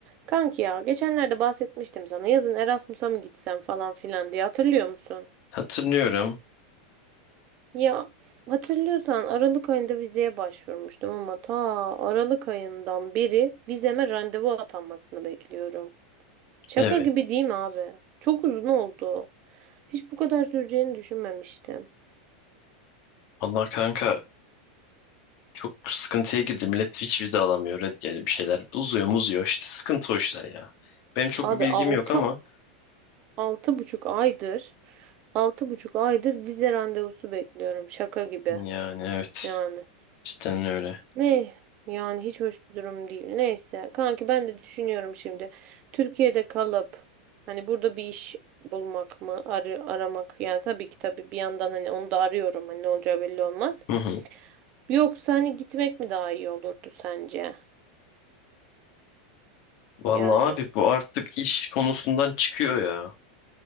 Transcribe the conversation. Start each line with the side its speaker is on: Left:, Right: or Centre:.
Right: Kanki ya geçenlerde bahsetmiştim sana yazın Erasmus'a mı gitsem falan filan diye hatırlıyor musun?
Left: Hatırlıyorum.
Right: Ya hatırlıyorsan Aralık ayında vizeye başvurmuştum ama ta Aralık ayından beri vizeme randevu atanmasını bekliyorum. Şaka
Left: Evet.
Right: gibi değil mi abi? Çok uzun oldu. Hiç bu kadar süreceğini düşünmemiştim.
Left: Vallahi kanka çok sıkıntıya girdi. Millet hiç vize alamıyor. Red geliyor bir şeyler. Uzuyor muzuyor işte. Sıkıntı o işler ya. Benim çok
Right: Abi
Left: bir bilgim
Right: altı,
Left: yok ama
Right: altı buçuk aydır altı buçuk aydır vize randevusu bekliyorum. Şaka gibi
Left: yani evet.
Right: yani.
Left: Cidden öyle.
Right: Ne? Yani hiç hoş bir durum değil. Neyse. Kanki ben de düşünüyorum şimdi. Türkiye'de kalıp hani burada bir iş bulmak mı, arı aramak yani tabii ki tabii bir yandan hani onu da arıyorum. Hani ne olacağı belli olmaz.
Left: Hı hı.
Right: Yoksa hani gitmek mi daha iyi olurdu sence?
Left: Vallahi
Right: Yani.
Left: abi bu artık iş konusundan çıkıyor ya.